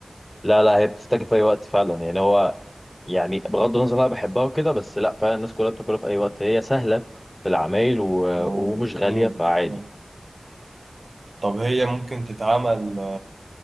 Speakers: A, on the left; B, on the right.
A: لا لا هي بتفتكر في اي وقت فعلا يعني هو يعني بغض النظر انا بحبها وكده بس لا فعلا الناس كلها بتاكلها في اي وقت هي سهلة في العمايل و...
B: أوه.
A: ومش غالية
B: مم.
A: فعادي
B: مم. طب هي ممكن تتعمل